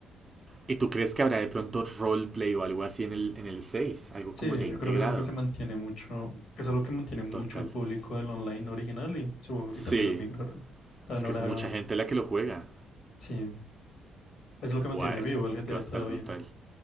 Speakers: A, on the right; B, on the left.
A: ¿Y tú crees que habrá de pronto roleplay o algo así en el, en el seis Algo como
B: Sí,
A: ya
B: yo
A: integrado.
B: creo que es algo que se mantiene mucho, que es algo que mantiene mucho
A: Total.
B: al público del online original y supongo que
A: Sí,
B: también lo migraron. También
A: es que
B: ahora,
A: es mucha gente la que lo juega.
B: sí, es lo que mantiene
A: Buah, es
B: vivo
A: que, es
B: el GTA
A: que va a
B: todavía.
A: estar brutal.